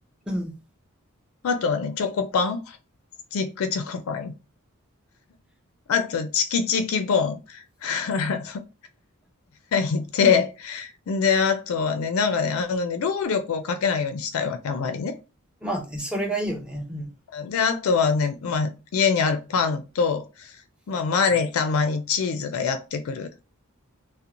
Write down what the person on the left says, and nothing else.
あとはね、チョコパン、スティックチョコパン、あと、チキチキボーン。<laughs> いて、で、あとはね、なんかね、あのね、労力をかけないようにしたいわけ、あまりね。
で、あとはね、まあ、家にあるパンと、まあ、マレーたまにチーズがやってくる。